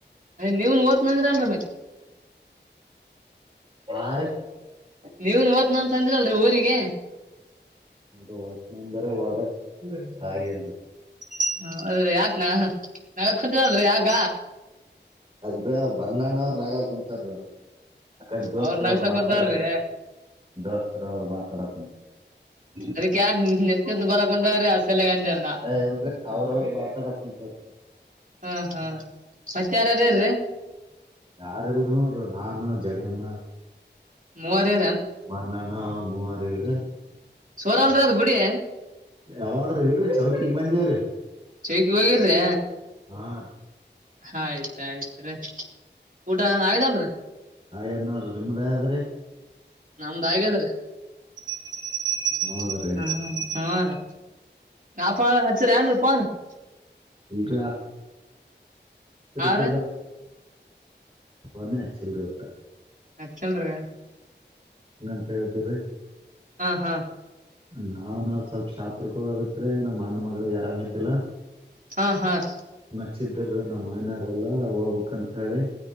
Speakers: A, on the right (about 45°); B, on the right (about 30°).
A: ಅರೆ ನೆವುನ್ ವತ್ ನಂತರ ಅಲ್ಲರ ಮತ್ತೆ
B: ಆ ರಿ
A: ನೀವುನ್ ಹೊದ್ನಂತ್ ತಂದ್ರಲ್ರಿ ಊರಿಗೆ
B: <unintelligible> ಎ ವಾಚ್್ಮ್ಯಾನ್ ಬರ ಹ ಹಾಗೆಲ್
A: <unintelligible> ಹ ಅದ್ರೀ ಯಾಕನಾ ನಾವ ಕುಂಚಿದಲ್ರೀ ಯಾಕ
B: ಅದ್ರ ಬಂದಣ್ಣ ಅವ ರಾಗ ಕುಂತಾರೀ ಅವ್ರು ಅಕ್ಕಡೆ ದೋಸ್ತರು
A: ಅವ್ರ ನಗ್ಸಕೊಂತಾರ್ರಿ
B: ಅವರು ಮಾತಾಡಕ ದೋಸ್ತರು ಅವರು ಮಾತಾಡಕ
A: ಅದಕ್ಕೆ ಯಕ್ ನೆತ್ಯದ್ದ ಬರಕಂದವ್ರೆ ಚಲ್ಲಂಗರ್ಂದ
B: ಏ ಇಲ್ರಿ ಅವ್ರವ್ರ ಮಾತಾಡಕ್ ಕುಂತಾರ
A: ಹಾ ಹಾ ಮತ್ ಯಾರರ್ರೆರೀ
B: ಯಾರ್ ಇಲ್ರ್ ನೋಡ್ರಿ ನಾನು ಜಗಣ
A: ಮೂವರೆ
B: ಮನ್ನಣ ಮೂವರ ಇದೆ <inaudible>
A: ಸೋರಲ್ರಿ
B: ಹ
A: ಅದ್ ಗುಡಿ
B: ಯಾವಾದ್ರೂ ಇಲ್ರಿ ಚೌಕಿಗ್ ಬಂದಿವ್ರಿ
A: <unintelligible> ಚಗ್ ಹೋಗಿರ್ರಿ
B: ಹಾ ರಿ
A: ಆಯ್ತಾಯ್ತ್ ರೀ ಊಟ ಆಗಿದೆಲ್ರಿ
B: ಆಗೆದ್ ನೋಡ್ರಿ ನಮ್ದ್ ಅಗೆದ್ರಿ
A: ನಮ್ದ್ ಆಗೆದ್ರಿ <unintelligible>
B: ಹೌದ್ರಿ
A: ಹ್ಮ ಹಾ ರ ನಾಪ ಹಚ್ಚರನು ಪ <unintelligible>
B: ಇಲ್ಲ
A: ಹಾ
B: ಇಧರ
A: ರೀ
B: <unintelligible> ಫೋನೆ ಅಚ್ಚಿಲ್ಲ ವಟ್ಟ
A: ಅಚ್ಚಳ್ರ
B: ಹಾಂತ ಹೇಳಿದ್ರರಿ <unintelligible>
A: ಹಾ ಹಾ
B: ನಾವ್ ನ ಸ್ವಲ್ಪ ಶಾಪುರ್ ಕೋಗದಿತ್ರಿ ನಮ್ಮ್ ಅಣ್ಣ ಮಗ್ಳ್ ಅರಾಮ ಇದ್ದಿಲ್ಲ
A: ಹಾ ಹಾ ರ್
B: <unintelligible> ನಮ್ಮ ಮನೆರೆಲ್ಲ ಹೋಗ್ಬೇಕ್ ಕಂತ್ ಹೇಳಿ